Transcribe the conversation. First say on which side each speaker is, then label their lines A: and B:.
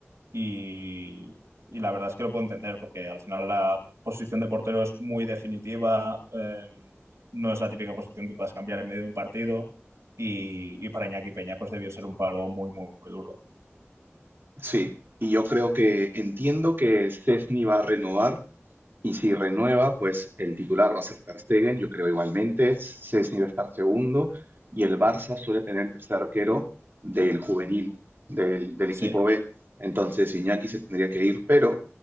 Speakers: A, on the right (about 85°); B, on the right (about 50°).
A: Y, y la verdad es que lo puedo entender, porque al final la posición de portero es muy definitiva, eh, no es la típica posición que puedas cambiar en medio de un partido, y, y para Iñaki Peña pues debió ser un palo muy, muy, muy duro.
B: Sí, y yo creo que entiendo que Szczęsny va a renovar, Y si renueva, pues el titular va a ser Ter Stegen, yo creo igualmente. Szczęsny va a estar segundo y el Barça suele tener el tercer arquero del juvenil, del, del
A: Sí,
B: equipo B. Entonces Iñaki se tendría que ir, pero